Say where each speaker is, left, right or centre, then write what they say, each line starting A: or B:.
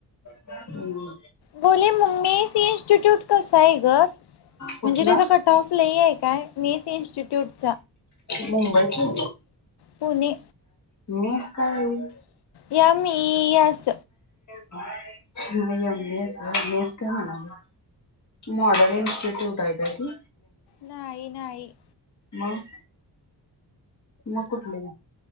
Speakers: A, on the left; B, on the left.
A: रिकामा ऑडिओ
B: बोले मग मेस इन्स्टिट्यूट कस आहे ग,
A: कुठला
B: म्हणजे त्याचा कट ऑफ लय आहे काय मेस इन्स्टिट्यूट
A: मुंबईची
B: पुणे
A: रिकामा ऑडिओ काय <unintelligible>
B: या मी S
A: M A S M S काय म्हणाले मॉडल इन्स्टिट्यूट हाय काय ते
B: नाही नाही.
A: मग मग कुठलं ग